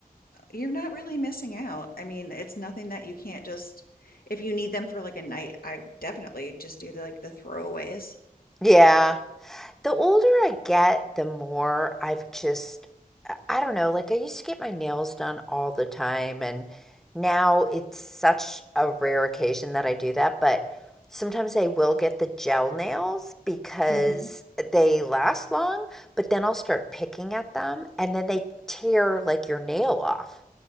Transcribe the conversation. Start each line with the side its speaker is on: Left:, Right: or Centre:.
Left: You're not really missing out. I mean, it's nothing that you can't just if you need them for like a night, I definitely just do the like the throwaways.
Centre: Yeah. The older I get, the more I've just, I don't know, like I used to get my nails done all the time, and now it's such a rare occasion that I do that. But sometimes I will get the gel nails because
Left: hmm
Centre: they last long, but then I'll start picking at them and then they tear like your nail off.